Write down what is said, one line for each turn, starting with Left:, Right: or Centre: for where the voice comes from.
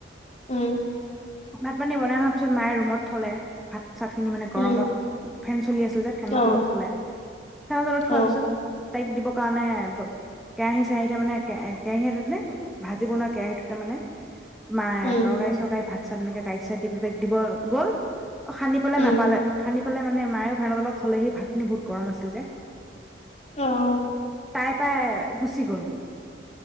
Left: উম
Centre: ভাত পানী বনাই হোৱাৰ পিছত মায়ে ৰুমত থলে। ভাত চাট খিনি মানে গৰমত
Left: উম
Centre: ফেন চলি আছিল যে ফেনত
Left: অ
Centre: তলত থ'লে। ফেনৰ তলত থোৱাৰ
Left: অ
Centre: পিছত তাইক দিবৰ কাৰণে কেৰাহী চৰাহী তাৰ মানে কে কেৰাহী এটাতে ভাজিব বনোৱা কেৰাহীটোতে মানে মায়ে
Left: উম
Centre: তৰকাৰী চৰকাৰী ভাত চনেকে গা চা দি পেলাই তাই দিব গ'ল অ' খানিবলে
Left: উম
Centre: নাপালে খানি পালে মানে মায়েও ফেনৰ তলত থলেহি, ভাতখিনি বহুত গৰম আছিল যে।
Left: অ'
Centre: তাই পাই গুচি গ'ল।